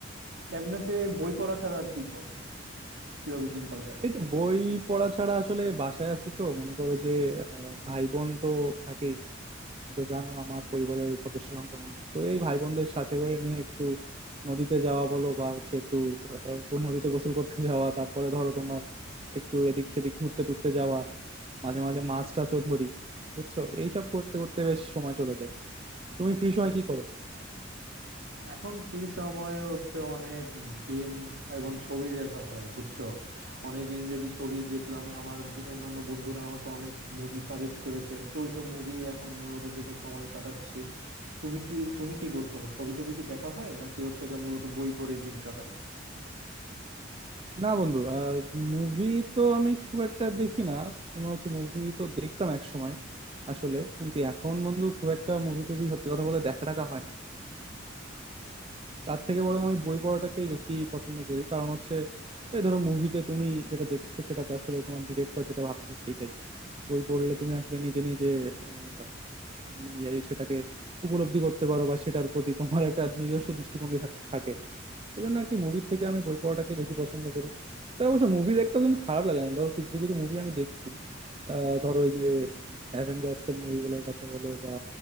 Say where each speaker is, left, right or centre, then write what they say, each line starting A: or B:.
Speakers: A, on the right; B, on the right.
A: এমনিতে বই পড়া ছাড়া আর কি করো কিভাবে দিনকাল কাটে
B: এই তো বই পড়া ছাড়া আসলে বাসায় আছি তো মনে করো যে আহ, ভাই বোন তো থাকেই তুমি তো জানো আমার পরিবারের ওই সদস্য সংখ্যা অনেক তো এই ভাই বোনদের সাথে করে নিয়ে একটু নদীতে যাওয়া বলো বা হচ্ছে একটু আহ, আহ, নদীতে গোসল করতে যাওয়া তারপরে ধরো তোমার একটু এদিক সেদিক ঘুরতে টুরতে যাওয়া মাঝে মাঝে মাছ টাছও ধরি বুঝছো এইসব করতে করতে বেশ সময় চলে যায় তুমি ফ্রি সময় কি করো
A: এখন ফ্রি সময়ে হচ্ছে অনেক গেম এবং ছবি দেখা হয় বুঝছো অনেক ইংরেজি ছবি দেখলাম আমার ব- অন্যান্য বন্ধুরা আমাকে অনেক মুভি সাজেস্ট করেছে তো ওইসব মুভি এখন মূলত দেখে সময় কাটাচ্ছি তুমি কি তুমি কি করছো ছবি টবি কি দেখা হয় নাকি হচ্ছে গিয়ে মূলত বই পড়ে দিন কাটাও
B: না বন্ধু মুভি তো আমি খুব একটা দেখি না কোনো হচ্ছে মুভি তো দেখতাম এক সময় আসলে কিন্তু এখন বন্ধু খুব একটা মুভি টুভি সত্যি কথা বলতে দেখা টাকা হয় না তার থেকে বরং আমি বই পড়াটাকেই বেশি পছন্দ করি কারণ হচ্ছে এই ধরো মুভিতে তুমি যেটা দেখছো সেটা তো আসলে তোমার ডিরেক্টর যেটা ভাবতেছে সেইটাই বই পড়লে তুমি আসলে নিজে নিজে আহ, তুমি এই সেটাকে উপলব্ধি করতে পারো বা সেটার প্রতি তোমার একটা নিজস্ব দৃষ্টিভঙ্গি থাক- থাকে এই জন্য আর কি মুভির থেকে আমি বই পড়াটাকে বেশি পছন্দ করি তাই অবশ্য মুভি দেখতেও কিন্তু খারাপ লাগে না ধরো কিছু কিছু মুভি আমি দেখছি আহ, ধরো এই যে অ্যাভেঞ্জার্স এর মুভিগুলোর কথা বলো বা